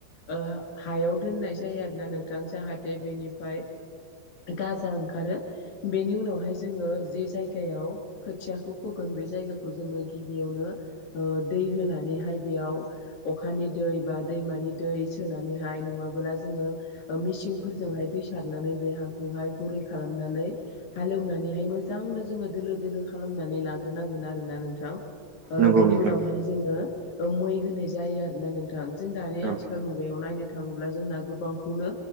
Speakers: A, on the left (about 50°); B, on the right (about 65°).
A: ओ हायाव दोननाय जायो आरोना नोंथां जाहाथे बेनि फाय गाजा ओंखारो बेनि उनावहाय जोङो जि जायगायाव खोथियाखौ फोगोन बे जायगाखौ जोङो गिबियावनो ओ दै होनानैहाय बेयाव अखानि दै बा दैमानि दै सोनानैहाय नङाबोला जोङो ओ मिसिनफोरजोंहाय दै सारनानै बे हाखौहाय गुरै खालामनानै हालेवनानैहाय मोजांनो जोङो दोलो दोलो खालाम नानै लाग्रोनांगोन आरो ना नों थां ओ
B: नंगौ
A: बेनि
B: नोंथां
A: उनावहाय जोङो मै होनाय जायो आरोना नोंथां। जों दानि
B: औ
A: आथिखाल मुगायाव नायनो थाङोब्ला जोंना गोबांखौनो